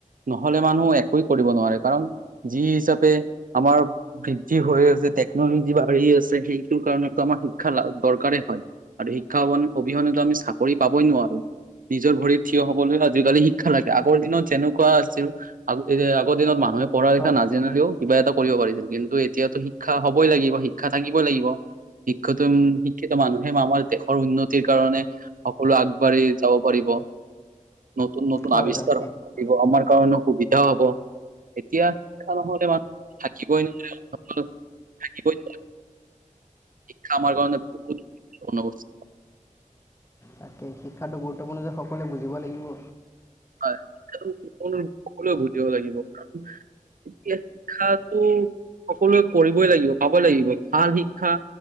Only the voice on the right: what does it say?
নহ'লে মানুহ একোই কৰিব নোৱাৰে কাৰণ যি হিচাপে আমাৰ বৃদ্ধি হৈ আছে টেকনলজি বাঢ়ি আছে সেইটোৰ কাৰণেটো আমাৰ শিক্ষা দৰকাৰেই হয় আৰু শিক্ষা অবিহনেতো আমি চাকৰি পাবই নোৱাৰোঁ। নিজৰ ভৰিত থিয় হ'বলৈ আজিকালি শিক্ষা লাগে আগৰ দিনত যেনেকুৱা আছিল আগ এতিয়া আগৰ দিনত মানুহে পঢ়া লিখা
নাজানিলেও কিবা এটা কৰিব পাৰিছিল কিন্তু এতিয়াতো শিক্ষা হ'বই লাগিব শিক্ষা থাকিবই লাগিব। শিক্ষাতম শিক্ষিত মানুহে আমাৰ দেশৰ উন্নতিৰ কাৰণে সকলো আগবাঢ়ি যাব পাৰিব। নতুন নতুন
আৱিষ্কাৰ
হৈ থাকিব আমাৰ কাৰণে সুবিধা হ'ব এতিয়া শিক্ষা নহ'লে মানুহ থাকিবই নোৱাৰিব। থাকিবই নোৱাৰিব। শিক্ষা আমাৰ কাৰণে বহুত গুৰুত্বপূৰ্ণ হৈ পৰিছে।
হয় <unintelligible> সকলোৱ বুজিব লাগিব কাৰণ এতিয়া শিক্ষাটো সকলোৱে কৰিবই লাগিব পাবই লাগিব ভাল শিক্ষা